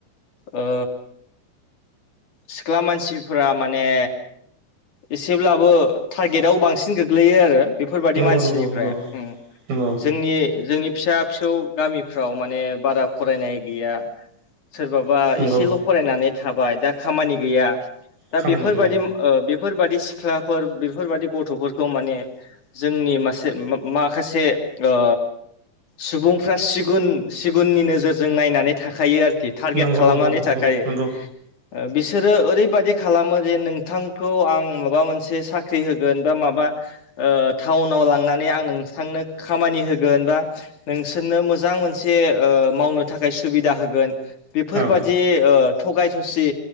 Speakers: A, on the left; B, on the right.
A: ओ सिख्ला मानसिफोरा माने एसेब्लाबो टारगेटआव बांसिन गोग्लैयो आरो बेफोरबादि
B: नंगौ
A: मानसिनिफ्राय
B: नंगौ नंगौ
A: उम
B: नंगौ
A: जोंनि जोंनि फिसा फिसौ गामिफ्राव माने बारा फरायनाय गैया सोरबाबा
B: नंगौ
A: एसेल' फरायनानै थाबाय दा खामानि गैया दा
B: खामानि
A: बेफोरबायदि
B: गैया
A: ओ बे फोरबादि सिख्लाफोर बेफोरबादि गथ'फोरखौ माने जोंनि मासे मा-माखासे ओ सुबुंफ्रा सिगुन सिगुननि नोजोरजों नायनानै थाखायो आरो खि टारगेट
B: नंगौ
A: खालामनानै
B: नंगौ नंगौ
A: थाखायो
B: नंगौ
A: बिसोरो ओरैबादि खालामो जे नोंथां खौ आं माबा मोनसे साख्रि होगोन बा माबा ओ टाउनाव लांनानै आं नोंथांनो खामानि होगोन बा नोंसोरनो मोजां मोनसे ओ मावनो थाखाय सुबिदा होगोन बेफोरबादि
B: औ
A: ओ थगाय थसि